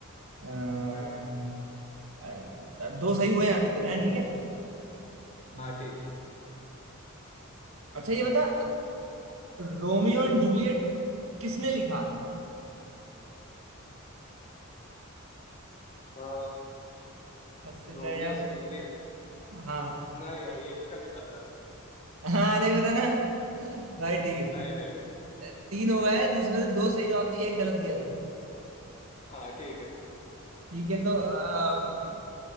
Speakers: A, on the right; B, on the left.
A: अ,
B: है ना
A: अ, दो सही हुए हैं अभी तेरे हैं ठीक है हम्म,
B: हाँ ठीक
A: अच्छा ये बता रोमियो एंड जूलियट किसने लिखा
B: है
A: फंस गया
B: Romeo and Juliet
A: हाँ
B: नहीं यार ये इसका नहीं पता है
A: हाँ नहीं बताना भाई ठीक है
B: नहीं नहीं नहीं
A: तीन हो गए जिसमें से दो सही जवाब दिए एक गलत दिया तूने
B: हाँ ठीक है
A: ठीक है तो अम,